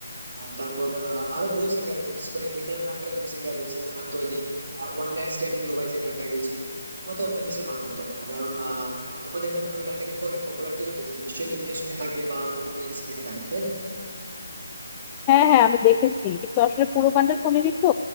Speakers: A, on the right; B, on the left.
A: আহ, তারপর আহ, আরো বহু সিঙ্গার রয়েছে বিশেষ করে ইমরান খান বলে একজন সিঙ্গার রয়েছে ওনার তো ওই যে ওয়ান নাইট স্ট্যান্ডিং দুবাই যে গানটা গেয়েছিল আমার তো অনেক ভীষণ ভালো লাগতো কারণ আহ, তখন দেখতাম যে ওই গানটা কিন্তু অনেক পপুলারিটিও পেয়েছিল নিশ্চয়ই তুমিও শুনে থাকবে বা হয়তো কোনো রিলসে দেখে থাকবে তাই না
B: হ্যাঁ হ্যাঁ আমি দেখেছি কিন্তু আসলে পুরো গানটা শুনিনি তো